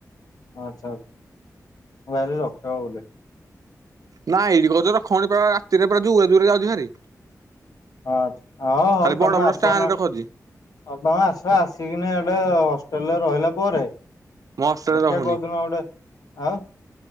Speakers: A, on the left (about 80°); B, on the right (about 65°).
A: ଆଚ୍ଛା ମୁଁ ଭାବିଲି ରଖେଇବ ବୋଧେ।
B: ନା ଏଇଠି କହୁଚ ରଖୋଉନି ତ ରାତିରେ ପୁରା ଦୂରେ ଦୂରେ ଯାଉଚିହାରି।
A: ହଁ ହଁ ହୋଉ
B: ଖାଲି ବଡ
A: ତମେ
B: ବଡ
A: ଆସନା
B: ଷ୍ଟାଣ୍ଡରେ ରଖଉଛି
A: ହଁ ତମେ ଆସ ଆସିକିନି ଏବେ ହଷ୍ଟେଲରେ ରହିଲା ପରେ
B: ମୋ ହଷ୍ଟେଲରେ
A: ଦେଖିଆ
B: ରହୁନି
A: କୋଉଦିନ ଗୋଟେ ଆଁ।